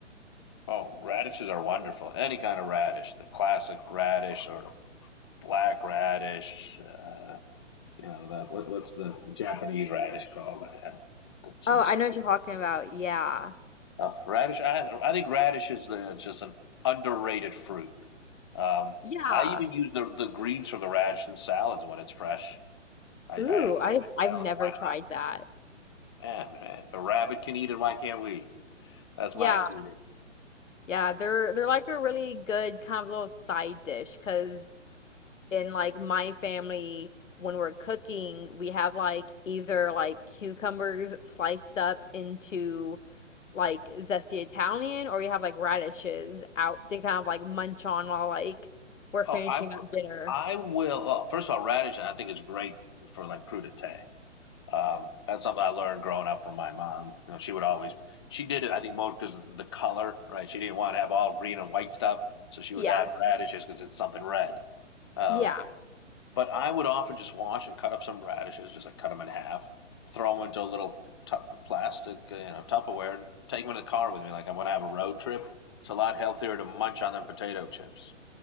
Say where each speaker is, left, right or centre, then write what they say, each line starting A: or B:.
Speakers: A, on the left (about 20°); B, on the left (about 85°).
A: oh, radishes are wonderful. Any kind of radish, the classic radish or the black radish. Uh, you know that what, what's the Japanese radish called? Uh, That's
B: Oh,
A: in the
B: I know what you're talking about. Yeah.
A: uh, radish. I, I think radish is the, it's just an underrated fruit. Um,
B: Yeah.
A: I even use the the greens from the radish in salads when it's fresh. I, I
B: Ooh, I I've
A: salad.
B: never
A: Why not?
B: tried that.
A: Yeah, man. If a rabbit can eat it, why can't we? That's
B: Yeah.
A: my theory.
B: Yeah, they're they're like a really good kind of little side dish because in like my family when we're cooking we have like either like cucumbers sliced up into like zesty italian or you have like radishes out to kind of like munch on while like we're finishing
A: Oh, I will.
B: up dinner
A: I will. Oh, first of all, radish I think is great for like crudité. Um, that's something I learned growing up from my mom. You know, she would always she did it. I think more because of the color, right? She didn't want to have all green and white stuff, so she
B: yeah
A: would add radishes because it's something red. Um,
B: yeah
A: But I would often just wash and cut up some radishes, just like cut them in half, throw them into a little tup plastic, uh, you know, Tupperware, and take them in the car with me. Like I want to have a road trip. It's a lot healthier to munch on than potato chips.